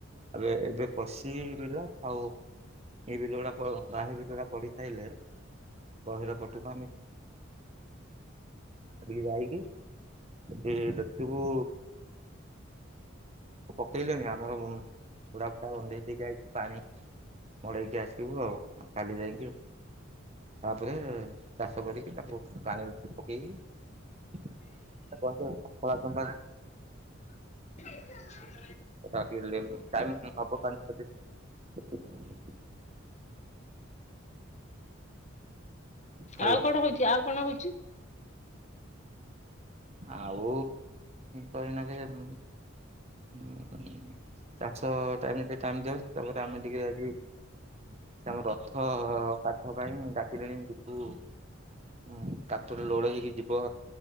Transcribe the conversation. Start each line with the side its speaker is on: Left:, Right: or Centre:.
Right: ଏବେ ଏବେ ପସି ପା ଆଉ ଏ ବିିଲ ଗୁଡାକ ପାଣି ପ ବା ସେ ବିାଗୁଡା ପଢସାରିଲେ, ଗହିର ପଟୁକୁଆମେ। ଏଠୀ କି ଯାଇକି ହେଟୀ ଦେଖିବୁ। ପକେଇଲେଣି ଆମର ପୁଡା ଫୁା ବନ୍ଧେଇ ଦେଇକି ଆ ପାଣି ମଡେଇକି ଆସିବୁ ଆଉ କାଲି ଯାଇକି। ତାପରେ ଚାଷ କରିକି ତାକୁ ପାଣିରେ ପକେଇକି <unintelligible> କଳା ଚପମ୍ପା
Left: <inaudible>
Right: <unintelligible> ହ୍ୟାଲୋ
Left: ଆଉ କଣ ହୋଉଚି ଆଉ କଣ ହୋଉଚି?
Right: ଆଉ କହିନା କେ ହଁ ଚାଷ ଟାଇମରେ ଟିକେ ଟାଇମ ଦିଆ ହୋଉଚି ତାପରେ ଆମେ ଟିକେ ଆଜି ସେ ଆମ ରଥ କାଠ ପାଇଁ ଡାକିଲେଣି ଯିବୁ ହୁଁ କାତରେ ଲୋଡ ହେଇକି ଯିବ